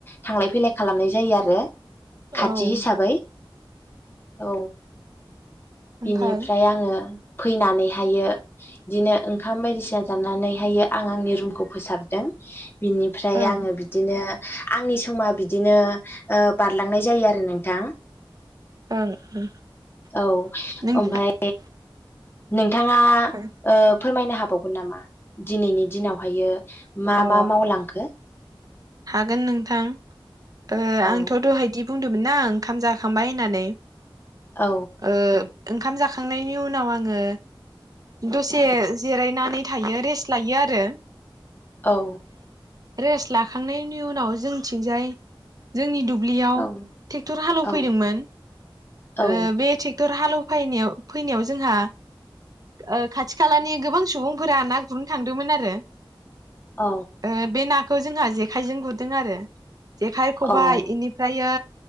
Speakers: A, on the left (about 25°); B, on the right (about 45°).
A: थांलाय फैलाय खालामनाय जायो आरो। खाथि
B: ओं
A: हिसाबै औ
B: ओमफाय
A: बिनिफ्राय आङो फैनानैहायो बिदिनो ओंखाम बायदिसिना जानानैहायो आं आंनि रुमखौ फोसाबदों। बिनिफ्राय
B: ओं
A: आङो बिदिनो आंनि समा बिदिनो ओ बारलांनाय जायो आरो नोंथां।
B: ओं ओं
A: औ
B: नों
A: ओमफाय नोंथाङा ओ
B: अ
A: फोरमायनो हाबावगोन नामा दिनैनि दिनावहायो मा
B: अ
A: मा मावलांखो?
B: हागोन नोंथां। ओ
A: औ
B: आंथ' दहायदि बुं दोमोन ना ओंखाम जाखांबाय होननानै।
A: औ
B: ओ ओंखाम जाखांनायनि उनाव आङो दसे जिरायनानै थायो रेस्ट लायो आरो।
A: औ
B: रेस लाख खांनायनि उनाव जोंथिंजाय जोंनि दुब ब्लियाव
A: औ
B: थेगथर हालौ
A: औ
B: फैदों मोन
A: औ
B: ओ बे थेगथर हालौ फायनायाव फैनायाव जोंहा ओ खाथि खालानि गोबां सुबुंफोरा ना गुरनो थांदोंमोन आरो
A: औ अ
B: ओ बे ना खौ जोंहा जेखायजों गुरदों आरो। जेखाइ, खबाइ
A: औ
B: इनिफ्रायो